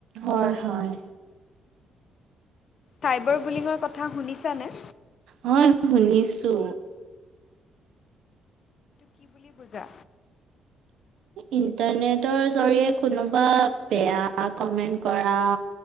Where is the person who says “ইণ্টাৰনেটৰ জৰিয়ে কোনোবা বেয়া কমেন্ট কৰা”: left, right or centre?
Right